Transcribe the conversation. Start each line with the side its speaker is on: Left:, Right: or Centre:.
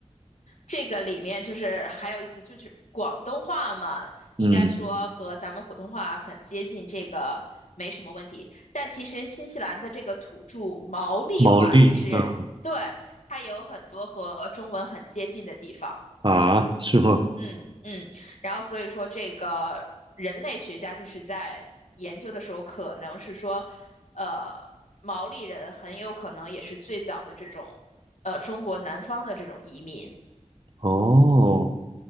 Left: 这个里面就是还有意思，就是广东话嘛，
Right: 嗯，
Left: 应该说和咱们普通话很接近，这个没什么问题。但其实新西兰的这个土著毛利话，
Right: 毛利，
Left: 其实对它也有很多和中文很接近的地方。
Right: 嗯啊，是吗？
Left: 嗯嗯，然后所以说这个人类学家就是在研究的时候，可能是说，呃，毛利人很有可能也是最早的这种，呃，中国南方的这种移民。
Right: 哦，